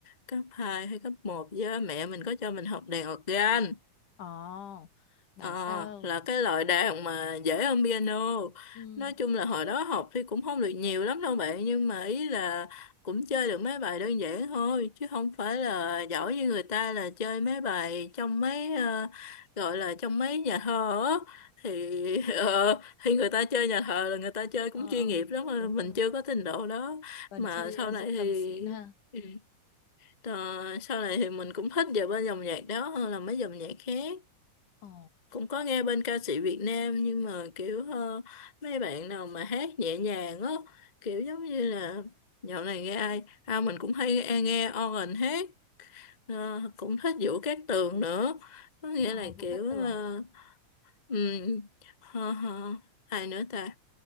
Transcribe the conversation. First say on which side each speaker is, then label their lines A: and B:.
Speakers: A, on the left; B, on the left.
A: cấp 2 hay cấp một với mẹ mình có cho mình học đàn organ
B: Ồ, bảo
A: Ờ,
B: sao?
A: là cái loại đàn mà dễ hơn piano.
B: Ừ,
A: Nói chung là hồi đó học thì cũng không được nhiều lắm đâu bạn, nhưng mà ý là cũng chơi được mấy bài đơn giản thôi, chứ không phải là giỏi như người ta là chơi mấy bài trong mấy ờ, gọi là trong mấy nhà thờ á. Thì <laughs> ờ, thì người ta chơi nhà thờ là người ta chơi cũng
B: ờ
A: chuyên
B: ờ
A: nghiệp lắm, mà
B: đúng
A: mình
B: rồi đúng
A: chưa
B: rồi.
A: có trình độ đó.
B: Vân
A: Mà
B: chơi
A: sau
B: ờ, dương
A: này thì
B: cầm xịn ha.
A: ừ, ờ, sau này thì mình cũng thích về bên dòng nhạc đó hơn là mấy dòng nhạc khác
B: Ồ,
A: cũng có nghe bên ca sĩ Việt Nam nhưng mà kiểu ờ, mấy bạn nào mà hát nhẹ nhàng á kiểu giống như là dạo này nghe ai à mình cũng hay nghe, nghe Oren hát ờ, cũng thích Vũ Cát Tường nữa có nghĩa
B: ờ,
A: là
B: Vũ
A: kiểu
B: Cát
A: uh,
B: Tường.
A: um, hờ, hờ, ai nữa ta